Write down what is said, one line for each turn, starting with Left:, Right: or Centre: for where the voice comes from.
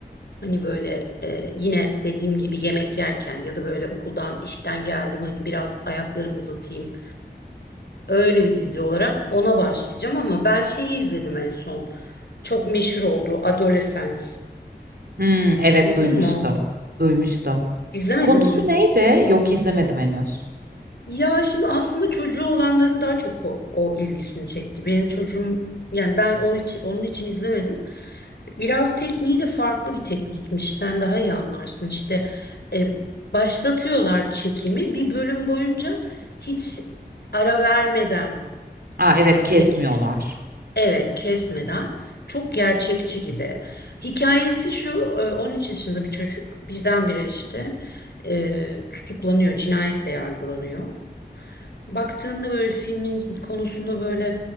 Left: Hani böyle e, yine dediğim gibi yemek yerken ya da böyle okuldan işten geldim hani biraz ayaklarımı uzatayım. Öyle bir dizi olarak ona başlayacağım ama ben şeyi izledim en son. Çok meşhur oldu Adolescence.
Right: Hımm, evet
Left: Duydun
Right: duymuştum,
Left: mu?
Right: duymuştum.
Left: İzlemedin
Right: Konusu
Left: mi?
Right: neydi? Yok, izlemedim henüz.
Left: Ya şimdi aslında çocuğu olanların daha çok o, o ilgisini çekti. Benim çocuğum yani ben o için onun için izlemedim. Biraz tekniği de farklı bir teknikmiş. Sen daha iyi anlarsın. İşte e, başlatıyorlar çekimi bir bölüm boyunca hiç ara vermeden
Right: A, evet, kesmiyorlar.
Left: çekiliyor. Evet, kesmeden. Çok gerçekçi gibi. Hikayesi şu, e, 13 yaşında bir çocuk birdenbire işte e, tutuklanıyor, cinayetle yargılanıyor. Baktığında böyle filmin konusunda böyle